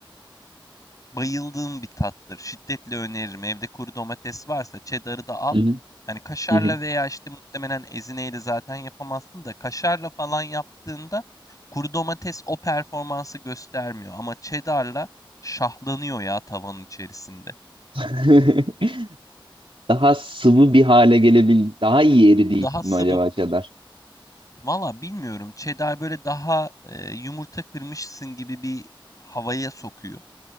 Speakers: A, on the left; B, on the right.
A: bayıldığım bir tattır. Şiddetle öneririm. Evde kuru domates varsa cheddar'ı da al.
B: Hı hı.
A: Hani kaşarla
B: Hı hı.
A: veya işte muhtemelen ezineyle zaten yapamazsın da kaşarla falan yaptığında kuru domates o performansı göstermiyor ama cheddar'la şahlanıyor ya tavanın içerisinde.
B: <laughs> Daha sıvı bir hale gelebil, daha iyi eridiği
A: Daha
B: için
A: sıvı.
B: mi acaba cheddar?
A: Valla bilmiyorum. Cheddar böyle daha e, yumurta kırmışsın gibi bir havaya sokuyor.